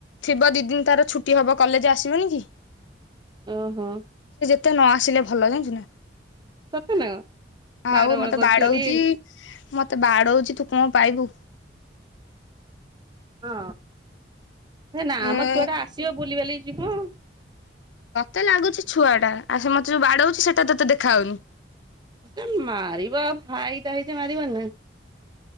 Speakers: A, on the left; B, on the right.
A: ଥିବ ଦି ଦିନ ତାର ଛୁଟି ହବ କଲେଜ ଆସିବନି କି।
B: ଓହୋ।
A: ଏତେ ନ ଆସିଲେ ଭଲ ଜାଣିଚୁ ନା
B: ସତ ନା କଣ
A: ଆଉ
B: ମାଡ
A: ମତେ
B: ଗୋଳ କରୁଚି
A: ବାଡଉଛି
B: ବୋଲି
A: ମତେ ବାଡଉଚି ତୁ କଣ ପାଇବୁ।
B: ହଁ। ହେ ନା
A: ଏ
B: ମ ଛୁଆ ଟା ଆସିବ ବୁଲିବାଲି ଯିବ ଆଉ।
A: ତତେ ଲାଗୁଚି ଛୁଆ ଟା ଆଉ ସେ ମତେ ଯୋଉ ବାଡହଉଚି ସେଟା ତୋତେ ଦେଖା ହାଉନି।
B: ଏ ମାରିବା ଭାଇ ଟା ହେଇଚି ମାରିବନି ନା।